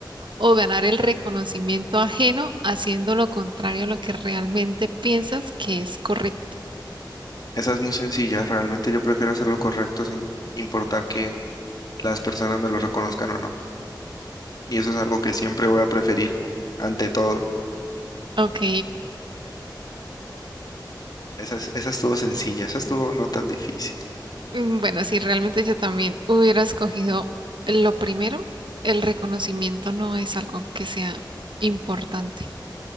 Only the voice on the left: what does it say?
Esa es muy sencilla. Realmente yo prefiero hacer lo correcto sin importar que las personas me lo reconozcan o no. Y eso es algo que siempre voy a preferir ante todo.
Esa, es- esa estuvo sencilla, esa estuvo no tan difícil.